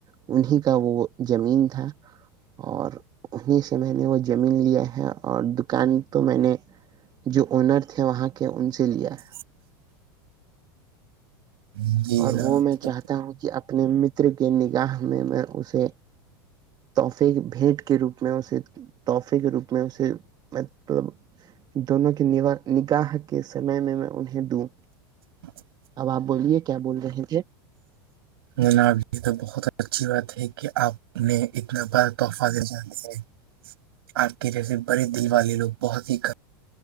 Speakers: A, on the right; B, on the right.
A: انیں کا وہ زمین تھا اور انہیں سے میں نے وہ زمین لیا ہے اور دکان تو میں نے جو آونر تھے وہاں کے ان سے لیا ہے
B: <inaudible> جناب جی
A: اور
B: جناب
A: وہ میں چاہتا ہوں کہ اپنے متر کے نگاہ میں میں اسے تحفے کے بھیٹ کے روپ میں اسے تحفے کے روپ میں اسے میں تو دونوں کے نگاہ کے سمے میں میں انہیں دوں
B: <inaudible>
A: اب آپ بولیے کیا بول رہے تھے
B: ن ابھی تو بہت اچھی بات ہے کہ آپ نے اتنا بار تحفہ دے جے ہے آپ کے جیسے بڑے دل والے لوگ بہت ہی کم